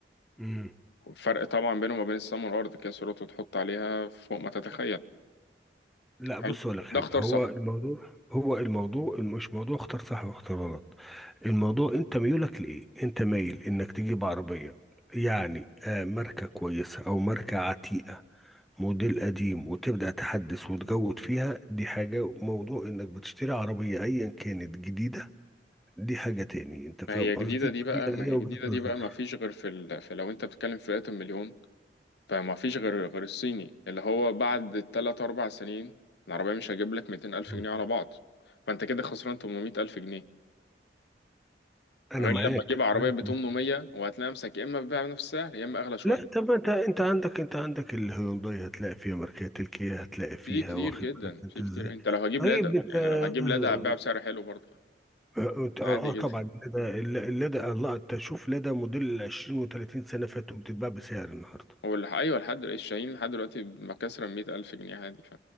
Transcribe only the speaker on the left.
الفرق طبعا بينه وما بين السما والارض كيا سيراتو تحط عليها فوق ما تتخيل
حلو
ده اختار
صح
ما هي
جديده دي بقى
ما هي
جديده دي
بقى ما فيش غير في ال... في لو انت بتتكلم في فئه المليون فما فيش غير غير الصيني اللي هو بعد تلات أربع سنين العربية مش هجيب لك ميتين ألف
جنيه على بعض فأنت كده خسران تمنمية ألف جنيه
غير
لما تجيب عربية
بتمنمية وهتلاقي نفسك يا إما بتبيع بنفس السعر يا إما أغلى شوية
في كتير
جدا
في
كتير أنت لو هجيب
لادا
يعني
لو هتجيب لادا هتبيع بسعر حلو برضه
عادي جدا
هو اللي- أيوه لحد دلوقتي الشاهين لحد دلوقتي مكسرة مية ألف جنيه عادي ف